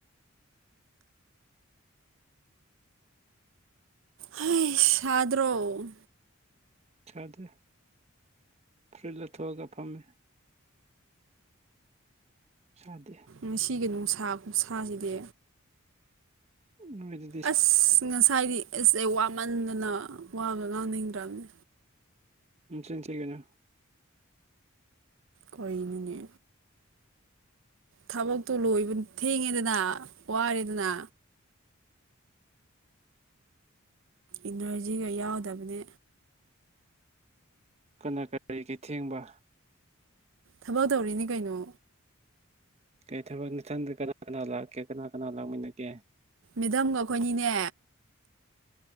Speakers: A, on the right (about 65°); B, on the right (about 30°).
A: ꯍꯩ ꯁꯥꯗ꯭ꯔꯣ
B: ꯁꯥꯗꯦ ꯐꯨꯔꯤꯠ ꯂꯧꯊꯣꯛꯑꯒ ꯐꯝꯃꯤ ꯁꯥꯗꯦ
A: ꯉꯁꯤꯒꯤ ꯅꯨꯡꯁꯥ ꯈꯨꯁꯥꯁꯤꯗꯤ
B: ꯎꯝ
A: ꯑꯁ ꯉꯁꯥꯏꯗꯤ ꯑꯁ ꯑꯩ ꯋꯥꯃꯟꯗꯅ ꯋꯥꯒ ꯉꯥꯡꯅꯤꯡꯗ꯭ꯔꯕꯅꯤ
B: ꯅꯆꯤꯟ ꯊꯤꯒꯅꯣ
A: ꯀꯩꯅꯣꯅꯦ ꯊꯕꯛꯇꯨ ꯂꯣꯏꯕ ꯊꯦꯡꯉꯦꯗꯅ ꯋꯥꯔꯦꯗꯅ ꯏꯅꯔꯖꯤꯒ ꯌꯥꯎꯗꯕꯅꯦ
B: ꯀꯅꯥ ꯀꯔꯤꯒꯤ ꯊꯦꯡꯕ
A: ꯊꯕꯛ ꯇꯧꯔꯤꯅꯤ ꯀꯩꯅꯣ
B: ꯀꯔꯤ ꯊꯕꯛ ꯅꯊꯟꯗ ꯀꯅꯥ ꯀꯅꯥ ꯂꯥꯛꯀꯦ ꯀꯅꯥ ꯀꯅꯥ ꯂꯥꯛꯃꯤꯟꯅꯒꯦ
A: ꯃꯦꯗꯥꯝꯒ ꯑꯩꯈꯣꯏ ꯑꯅꯤꯅꯦ